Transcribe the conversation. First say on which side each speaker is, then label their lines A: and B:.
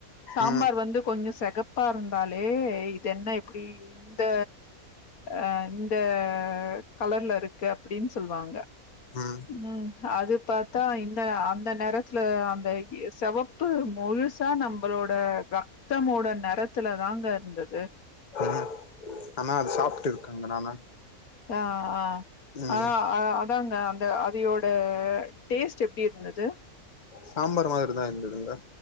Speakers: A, on the left; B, on the left.
A: சாம்பார்
B: ம்
A: வந்து கொஞ்சோ செகப் பா இருந்தாலே இது என்ன எப்டி இந்த அ இந்த கலர்ல இருக்கு அப்டின்னு சொல்வாங்க
B: ம்
A: ம் அது பாத்தா இந்த அந்த நெற த்துல அந்த இ செவப்பு முழுசா நம்மளோட ர த்தமோட நெறத்துல தாங்க இருந்தது
B: ம் ஆனா அது சாப்ட்டுருக்கங்க நானு
A: ஆ ஆ
B: ம்
A: ஆனா அதா ந்தாங்க அந்த அதையோட டேஸ்ட் எப்டி இருந்துது
B: சாம்பார் மாரிதா இருந்துதுங்கா